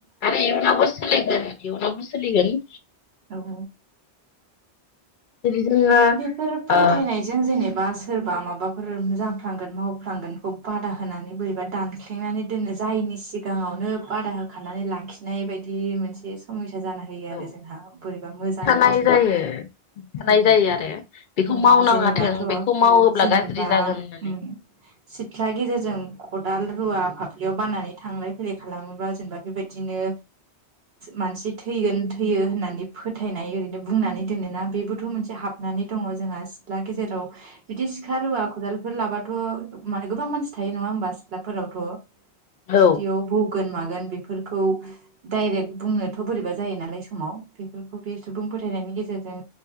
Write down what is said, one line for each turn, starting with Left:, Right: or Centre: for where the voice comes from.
Left: आरो इयुनावबो सोलिगोन इयुनावबो सोलिगोन
Right: औ
Left: जेरै जोङो
Right: बेफोर फोथायनायजों
Left: ओ
Right: जेनेब बा सोरबा माबाफोर बा जाफ्लांगोन मावफ्लांगोनखौ बादा होनानै बोरैबा दानख्लेंनानै दोनो जायनि सिगाङावनो बादा होखानानै लाखिनाय बायदि मोनसे समसा जाना होयो आरो
Left: औ
Right: जोंहा बोरैबा मोजां
Left: थानाय
Right: बिथिङाव
Left: जायो थानाय
Right: औ
Left: जायो आरो बेखौ
Right: ओ
Left: मावनाङाथों
Right: जेनेबाथ'
Left: बेखौ मावोब्ला
Right: जेनेबा
Left: गाज्रि जागोन होननानै
Right: ओम सिथ्ला गेजेरजों खदाल हाल रुवा फाफ्लियाव बनानै थांलाय फैलाय खालामोबा जेनेबा बेबायदिनो मानसि थैगोन थै होननानै फोथायनाय ओरैनो बुंनानै दोनोना बेबोथ' मोनसे हाब नानै दङ जोंहा सिख्ला गेजेराव बिदि सिखा रुवा खदालफोर लाबाथ' माने गोबां मानसि थायो नङा होमबा सिथ्लाफोरावथ'
Left: औ
Right: बिदियाव बौगोन मागोन बेफोर खौ दाइरेक्ट बुंनोथ' बोरैबा जायो नालाय समाव बेफोरखौ बे सुबुं फोथायनायनि गेजेरजों